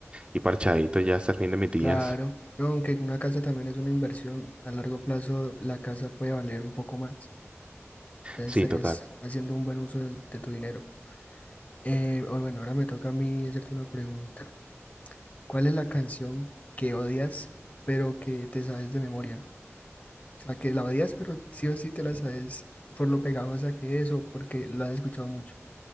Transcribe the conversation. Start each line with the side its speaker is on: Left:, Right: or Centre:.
Right: y parchadito ya hasta el fin de mis días.
Left: claro. No, aunque una casa también es una inversión, a largo plazo la casa puede valer un poco más. Entonces
Right: Sí,
Left: estarías
Right: total.
Left: haciendo un buen uso del- de, tu dinero. Eh, o bueno, ahora me toca a mí hacerte una pregunta. ¿Cuál es la canción que odias, pero que te sabes de memoria? O sea, que la odias, pero sí o sí te la sabes por lo pegajosa que es o porque la has escuchado mucho.